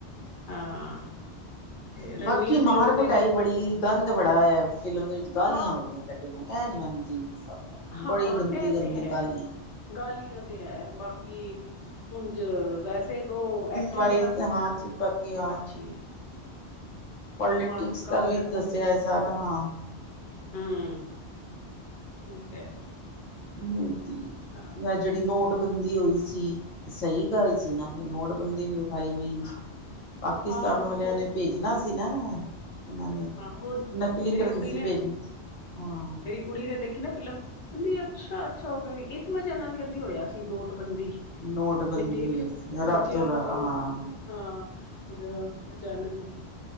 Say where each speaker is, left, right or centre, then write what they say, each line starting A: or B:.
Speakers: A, on the left; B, on the left.
A: ਹਾਂ।
B: ਤੇ
A: ਰਣਵੀਰ
B: ਬਾਕੀ ਮਾਰ
A: ਸਿੰਘ ਨੇ
B: ਕੁਟਾਈ
A: ਦੇ
B: ਬੜੀ, ਗੰਦ ਬੜਾ ਹੈ। ਫਿਲਮ ਦੇ ਵਿੱਚ ਗਾਲੀਆਂ
A: ਹਾਂ
B: ਬੜੀਆਂ ਕੱਢੀਆਂ, ਇਹ ਨੀ ਮੈਨੂੰ ਚੀਜ਼ ਪਸੰਦ
A: ਹਾਂ
B: ਬੜੀ ਗੰਦੀ-
A: ਇਹ
B: ਗੰਦੀ
A: ਤੇ ਹੈ
B: ਗਾਲੀਆਂ।
A: ਗਾਲੀਆਂ ਤੇ ਹੈ ਬਾਕੀ, ਉਂਝ ਵੈਸੇ ਉਹ ਐਕਟਿੰਗ
B: ਵਾਈਜ਼
A: ਸਭ
B: ਹਾਂ ਬਾਕੀ
A: ਅੱਛੀ ਹੈ।
B: ਪੋਲੇ
A: ਮਾਰ
B: ਟਿਕਸ
A: ਗਾਲੀਆਂ
B: ਦਾ ਵੀ ਦੱਸਿਆ ਏ ਸਾਰਾ, ਹਾਂ।
A: ਹੂੰ, ਉ ਤੇ ਹੈਗਾ।
B: ਮੋਦੀ,
A: ਹਾਂ
B: ਨੈ ਜੇੜੀ ਨੋਟਬੰਦੀ ਹੋਈ ਸੀ, ਸਹੀ ਗੱਲ ਸੀ ਨਾ। ਨੋਟਬੰਦੀ ਵੀ ਵਿਖਾਈ ਵੀਂਜ
A: ਹਾਂ
B: ਪਾਕਿਸਤਾਨ
A: ਹਾਂ
B: ਵਾਲਿਆਂ
A: ਉਹ
B: ਨੇ ਭੇਜਣਾ ਸੀ ਨਾ। ਇਹਨਾਂ ਨੇ,
A: ਹਾਂ ਉਹ
B: ਨਕਲੀ
A: ਮੇਰੀ
B: ਕਰੰਸੀ
A: ਕੁੜੀ ਨੇ
B: ਭੇਜਣੀ ਸੀ, ਹਾਂ।
A: ਕੁੜੀ ਨੇ ਦੇਖੀ ਨਾ ਫਿਲਮ, ਕੈੰਦੀ ਅੱਛਾ-ਅੱਛਾ ਓਹ ਫੇਰ ਇਸ ਵਜ੍ਹਾ ਨਾਲ ਕੈੰਦੀ ਹੋਇਆ ਸੀ ਨੋਟਬੰਦੀ।
B: ਨੋਟਬੰਦੀ
A: ਬਈ ਦੇਖ
B: ਹੋਈ ਸੀ ਰਾਤੋਂ
A: ਬੱਚਿਆਂ
B: ਰਾ
A: ਨੂੰ ਕਈਅਣ,
B: ਹਾਂ
A: ਹਾਂ। ਇ ਜਗ੍ਹਾ ਅਚਾਨਕ ਈ,